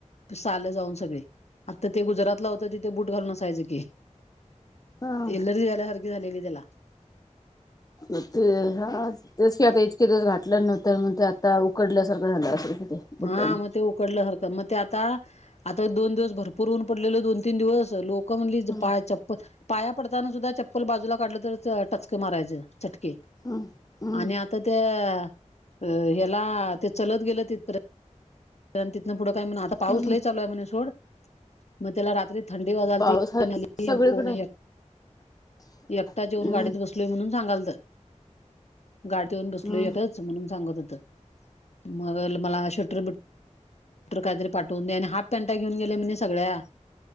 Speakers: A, on the left; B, on the left.
A: साल जाऊन सगळे. आता ते गुजरातला होत तीथ बूट घालून असायचं की.
B: ह
A: एलर्जी झाल्यासारखे झाली की त्याला.
B: मग तेव्हा. <unintelligible> तेच की आता इतके दिवस घातल्या नंतर मगज आता उकडल्यासारखं झालं असें कि. बुटाने
A: हा मग ते उकडलं सारखं मग ते. ता आता दोन दिवस भरपूर ऊन पडलेल दोन तीन दिवस लोकं म्हणली
B: हम्म
A: पायात चप्पल पाया पडताना सुद्धा चप्पल बाजूला काढलं तर टचके मारायचं. चटके
B: हम्म हम्म
A: आणि आता त्या अ ह्याला ते चलत गेलं तिथपर्यंत तिथनं पुढं काय म्हणा आता पाऊस
B: हम्म
A: लई चालू आहे म्हणे सोड मग त्याला रात्री. थंडी वाजाल
B: पाऊस
A: त
B: आहे सगळीकडे
A: कोणी एकटा जेऊन
B: हम्म
A: गाडीत बस. ल म्हणून सांगाल तर गाडीवरन बसलोय
B: हम्म
A: एक म्हणून सांगत होत मग मला शटर काही तरी पाठवून द्या आणि हाफ पॅनटा घेन गेले मी सगळ्या.